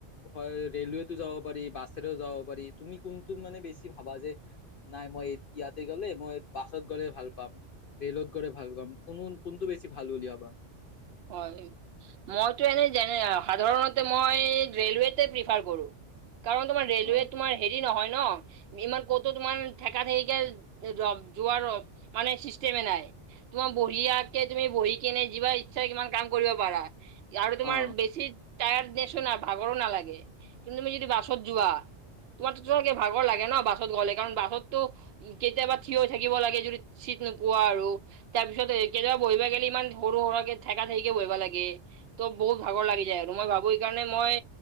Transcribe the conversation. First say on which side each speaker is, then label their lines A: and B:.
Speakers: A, on the left; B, on the right.
A: হয় ৰেলৱেতো যাব পাৰি বাছেৰে যাব পাৰি তুমি কোনটোক মানে বেছি ভাবা যে, নাই মই ইয়াতে গলে মই বাছত গলে ভাল পাম। ৰেেলত গড ভাল কাম কোন কোনটো বেছি ভাল বুলিলি ভাবা?
B: হয় মইতো এনেই সাধাৰণতে মই ৰেলৱেতে প্ৰিফাৰ কৰোঁ। কাৰণ তোম ৰেলৱে
A: অ
B: তোমাৰ হেৰি নহয়। ন ইমান কতো তোমাৰ থঠেকা থঠককে যোৱাৰ মানে চিষ্টেমে নাই। তোমাৰ বহী আকে তুমি বহি কেনে যিবা নিশ্চয় কিমান কাম কৰিব পাৰা, আৰু তোমাৰ
A: অ
B: বেছি টায়াৰ নেচো নাই ভাগৰো নালাগে কিন্তু তুমি যদি বাছত যোৱা তোমাৰকে ভাগৰ লাগে ন বাছত গ'লে কাৰণ বাছতো উ কেতিয়াবা থিয় হৈ থাকিব লাগে যদি চিট নোপোৱা আৰু, তাৰ পিছত কেতিয়াবা বহিবা গলে ইমান সৰু সৰাককে থেকা থেকে বহা লাগে, ত' বহুত ভাগৰ লাগি যায় আৰু। মই ভাবো এইকাৰণে মই